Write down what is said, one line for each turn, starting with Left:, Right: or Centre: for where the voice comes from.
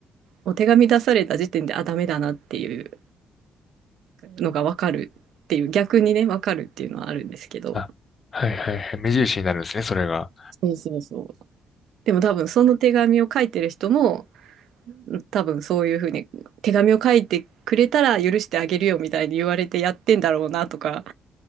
Right: お手紙出された時点で、あ、ダメだなっていうのがわかるっていう、逆にね、わかるっていうのはあるんですけど、
Left: あ、はいはいはい。目印になるんですね、それが。
Right: そうそうそう。でも多分その手紙を書いてる人も、多分そういうふうに手紙を書いてくれたら許してあげるよみたいに言われてやってんだろうなとか